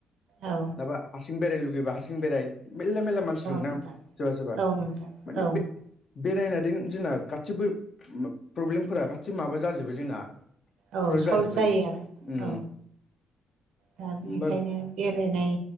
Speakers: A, on the right; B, on the left.
A: औ
B: नङाबा हारसिं बेरायनो लुबैबा हारसिं बेराय मेरला मेरला मानसि दं ना
A: नोंथां
B: सोरबा सोरबा
A: औ नोंथां
B: मान
A: औ
B: बे बेरायनादों जोंना गासिबो प्रब्लेमफोरा गासिबो माबा जाजोबो जोंना।
A: औ
B: स्वलभ
A: सल्भ
B: गाजोबो
A: जायो आरो
B: उम
A: औ दा बेनिखायनो
B: होमबा
A: बेरायनाय